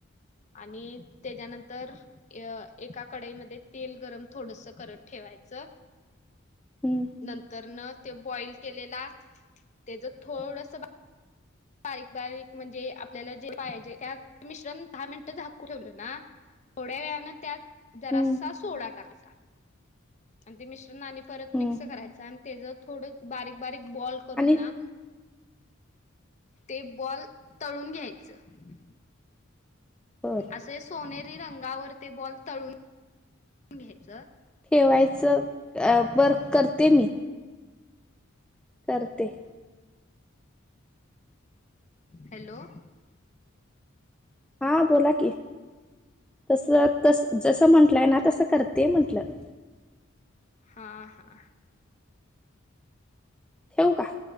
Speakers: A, on the left; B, in the centre.
A: आणि तेजानंतर अ एका कडाईमध्ये तेल गरम थोडसं करत ठेवायचं
B: हम्म
A: नंतरन त्यो बॉईल केलेला तेजं थोडसं बा बारीक बारीक म्हणजे आपल्याला जे पाहिजे त्यात मिश्रण दहा मिनटं झाकून ठेवलं ना थोड्या वेळानं त्यात जरास्सा
B: हम्म
A: सोडा टाकाचा आणि ते मिश्रण आणि परत
B: हम्म
A: मिक्स करायचं आणि तेजं थोडं बारीक बारीक बॉल करून
B: आणि
A: ना ते बॉल तळून घ्यायचं
B: बर
A: असे सोनेरी रंगावर ते बॉल तळून घ सर
B: केवायच अ वर्क करते मी करते
A: हॅलो
B: हा बोला की तस तस जस म्हंटलंय ना तसं करते म्हटलं
A: हा हा
B: ठेवू का <inaudible>